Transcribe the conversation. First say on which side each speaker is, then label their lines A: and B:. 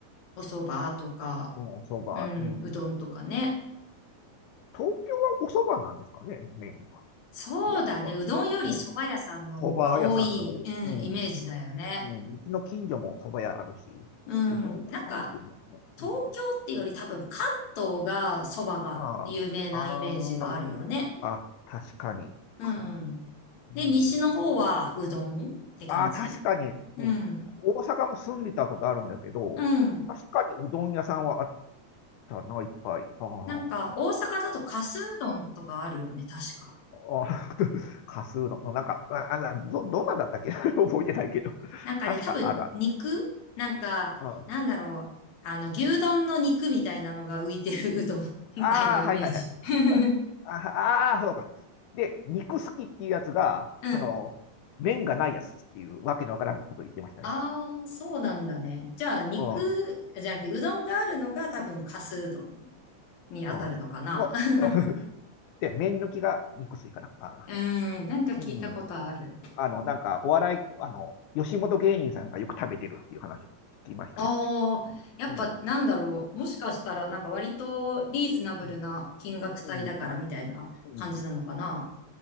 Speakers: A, on the left; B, on the left.
A: お蕎麦とか、
B: うん、そば、
A: うん、
B: うん。
A: うどんとかね。
B: 東京はおそばなんですかね、メインは。
A: そうだね。
B: どうなのか
A: うどんより蕎麦屋さんの方が多い、
B: な。うん、そば屋さんの、
A: うん、
B: うん、
A: イメージだよね。
B: うん、うちの近所もそば屋あるし、
A: うん。
B: うどん屋さんっていうのも、
A: なんか、東京ってより多分関東が蕎麦が有名なイメージがあるよね。
B: うん、ああ、ああ、あ、確かに。
A: うん。
B: かんうん
A: で、西の方はうどんって感じ。
B: ああ、確かに、
A: うん。
B: うん。大阪も住んでたことあるんだけど、
A: うん。
B: 確かにうどん屋さんはあったな、いっぱい。あー
A: なんか、大阪だとかすうどんとかあるよね、確か。
B: あー、<laughs> かすうどん。なんか、あ、あなど、どんなんだったっけ <laughs> 覚えてないけど。
A: なんかね、
B: 確かあるある。
A: 多分、肉なんか、
B: うん。あ
A: なんだろう。あの、牛丼の肉みたいなのが浮いてるうどん <laughs> みたいなイメージ。
B: あ、はいはいはい。
A: <laughs>
B: うんああ、ーそうか。で、肉好きっていうやつが、
A: うん。
B: その、麺がないやつっていうわけのわからんこと言ってましたね。
A: ああ、そうなんだね。じゃあ、肉、
B: うん。うん。
A: じゃなくて、うどんがあるのが多分、かすうどんに当たるのかな。
B: の、
A: <laughs>
B: うん <laughs> で、麺抜きが肉吸いかな。あ
A: うーん、なんか聞いたことある。
B: ーうん。あの、なんか、お笑い、あの、吉本芸人さんがよく食べてるっていう話を聞きましたね、
A: ああ、
B: それ。
A: やっぱなんだろう。
B: うん。
A: もしかしたらなんか割とリーズナブルな金額帯だからみたいな感じなのかな。
B: うん。うん。う